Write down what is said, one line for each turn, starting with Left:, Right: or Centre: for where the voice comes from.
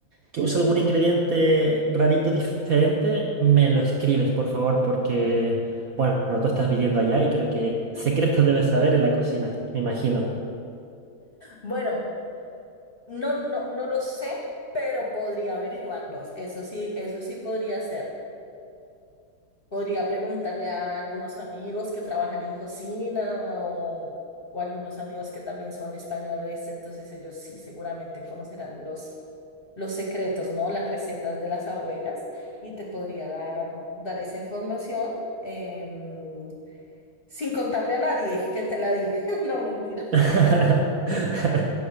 Right: que usa algún ingrediente rarito diferente, me lo escribes, por favor, porque, bueno, tú estás viviendo allá y creo que secretos debes saber en la cocina, me imagino.
Left: Bueno, no, no, no lo sé, pero podría averiguarlos. Eso sí, eso sí podría hacerlo. Podría preguntarle a algunos amigos que trabajan en cocina o, o algunos amigos que también son españoles, entonces ellos sí seguramente conocerán los, los secretos, ¿no? Las recetas de las abuelas y te podría dar, dar esa información em, sin contarle a nadie que te la di. <laughs> No, mentira.
Right: <laughs>